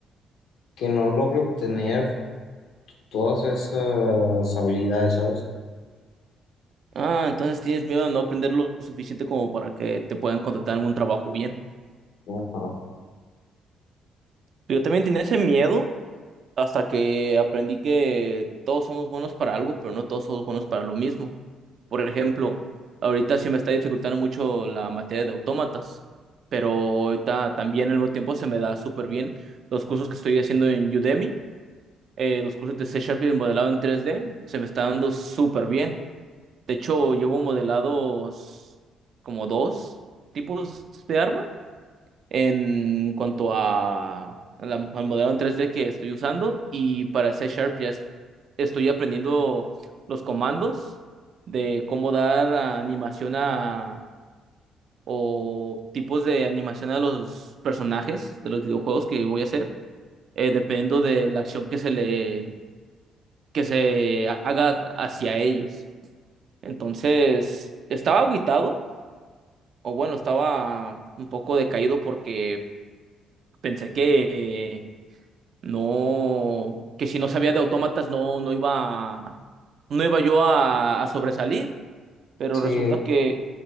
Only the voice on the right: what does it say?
Ah, entonces tienes miedo de no aprender lo suficiente como para que te puedan contratar en algún trabajo bien.
Yo también tenía ese miedo hasta que aprendí que todos somos buenos para algo, pero no todos somos buenos para lo mismo. Por ejemplo, ahorita sí me está dificultando mucho la materia de autómatas, pero ahorita también al mismo tiempo se me da súper bien los cursos que estoy haciendo en Udemy, eh, los cursos de C Sharp y de modelado en tres d se me está dando súper bien. De hecho, llevo modelados como dos tipos de arma en cuanto a, a la- al modelo en 3D que estoy usando y para C Sharp ya es- estoy aprendiendo los comandos de cómo dar animación a o tipos de animación a los personajes de los videojuegos que voy a hacer, eh, dependiendo de la acción que se le que se haga hacia ellos. Entonces, estaba agüitado, o bueno, estaba un poco decaído porque pensé que No, que si no sabía de autómatas no, no iba, no iba yo a, a sobresalir, pero
resulta que